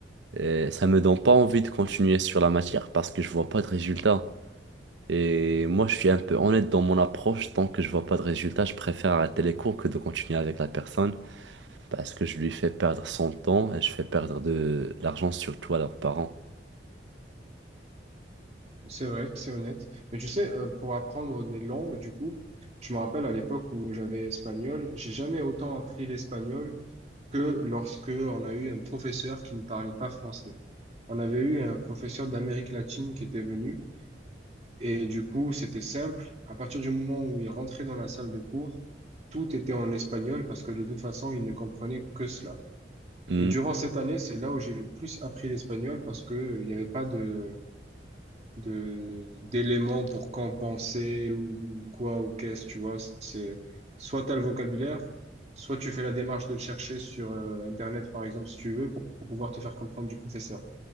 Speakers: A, on the right; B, on the right.
A: euh, ça me donne pas envie de continuer sur la matière parce que je vois pas de résultats. Et moi, je suis un peu honnête dans mon approche. Tant que je vois pas de résultat, je préfère arrêter les cours que de continuer avec la personne parce que je lui fais perdre son temps et je fais perdre de l'argent surtout à leurs parents.
B: C'est vrai, c'est honnête. Mais tu sais, euh, pour apprendre des langues, du coup, je me rappelle à l'époque où j'avais espagnol, j'ai jamais autant appris l'espagnol que lorsque on a eu un professeur qui ne parlait pas français. On avait eu un professeur d'Amérique latine qui était venu et du coup, c'était simple. À partir du moment où il rentrait dans la salle de cours, tout était en espagnol parce que de toute façon, il ne comprenait que cela.
A: Hmm.
B: Et durant cette année, c'est là où j'ai le plus appris l'espagnol parce que euh, il n'y avait pas de de d'éléments pour compenser ou, ou quoi ou qu'est-ce, tu vois. C'est soit t'as le vocabulaire, soit tu fais la démarche de le chercher sur euh, Internet, par exemple, si tu veux, pour, pour pouvoir te faire comprendre du professeur.